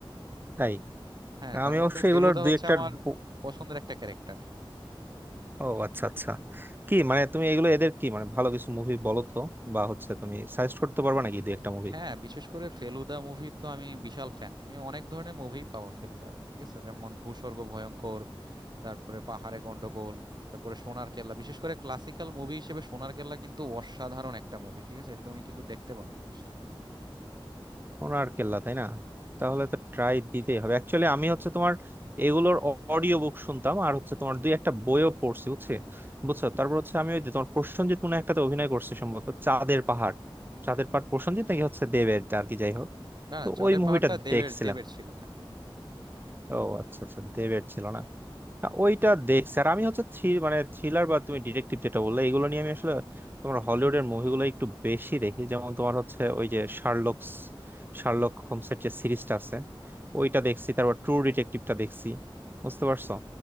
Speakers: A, on the right; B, on the right.
A: তাই
B: হ্যাঁ তার
A: আমি
B: মধ্যে
A: অবশ্যই
B: ফেলুদা
A: এগুলোর দুই
B: হচ্ছে
A: একটার
B: আমার
A: ব-
B: পছন্দের একটা ক্যারেক্টার
A: ও আচ্ছা আচ্ছা কি মানে তুমি এগুলো এদের কি মানে ভালো কিছু মুভি বলো তো বা হচ্ছে তুমি সাজেস্ট করতে পারবে নাকি দুই একটা মুভি
B: হ্যাঁ বিশেষ করে ফেলুদা মুভির তো আমি বিশাল ফ্যান তুমি অনেক ধরনের মুভি পাবা ফেলুদার ঠিক আছে যেমন ভূস্বর্গ ভয়ঙ্কর তারপরে পাহাড়ে গন্ডগোল তারপরে সোনার কেল্লা বিশেষ করে ক্লাসিক্যাল মুভি হিসেবে সোনার কেল্লা কিন্তু অসাধারণ একটা মুভি ঠিক আছে এটা তুমি কিন্তু দেখতে পারো জিনিসটা
A: ওনার কেল্লা তাই না তাহলে তো ট্রাই দিতেই হবে অ্যাকচুয়ালি আমি হচ্ছে তোমার এগুলোর অডিও বুক শুনতাম আর হচ্ছে তোমার দুই একটা বইও পড়ছি বুঝছে বুঝছো তারপর হচ্ছে আমি ওই যে তোমার প্রসেনজিৎ মনে হয় একটাতে অভিনয় করছে সম্ভবত চাঁদের পাহাড় চাঁদের পাহাড় প্রসেনজিৎ নাকি হচ্ছে দেবের আর কি যাই হোক
B: না না
A: তো
B: চাঁদের
A: ওই
B: ওই
A: মুভিটা
B: পাহাড়টা মুভিটা দেবের
A: দেখছিলাম
B: দেখি দেবের ছিল হ্যাঁ
A: ও আচ্ছা আচ্ছা দেবের ছিল না না, ওইটা দেখছি আর আমি হচ্ছে থ্রি- মানে থ্রিলার বা তুমি ডিটেকটিভ যেটা বললে এগুলো নিয়ে আমি আসলে তোমার হলিউডের মুভিগুলো একটু বেশি দেখি যেমন তোমার হচ্ছে ওই যে শার্লকস শার্লক হোমসের যে সিরিজটা আছে ওইটা দেখছি তারপর ট্রু ডিটেকটিভটা দেখছি বুঝতে পারছো